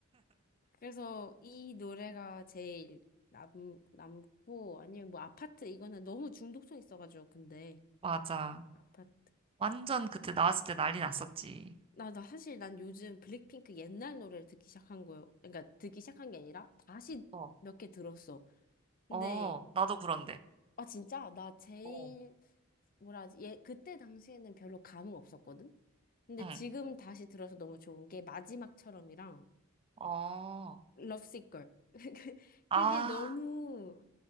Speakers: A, on the left; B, on the right.
A: 그래서 이 노래가 제일 남, 남고 아니면 뭐 아파트 이거는 너무 중독성 있어가지고 근데
B: 맞아.
A: 아파트.
B: 완전 그때 나왔을 때 난리 났었지.
A: 나, 나 사실 난 요즘 블랙핑크 옛날 노래를 듣기 시작한 거예요. 그러니까 듣기 시작한 게 아니라 다시
B: 어,
A: 몇 개 들었어. 근데,
B: 어, 나도 그런데.
A: 아, 진짜? 나 제일,
B: 어.
A: 뭐라 하지? 예, 그때 당시에는 별로 감흥 없었거든? 근데
B: 응.
A: 지금 다시 들어서 너무 좋은 게 마지막처럼이랑
B: 어,
A: 럽시c 걸. <laughs>
B: 아,
A: 그게 너무,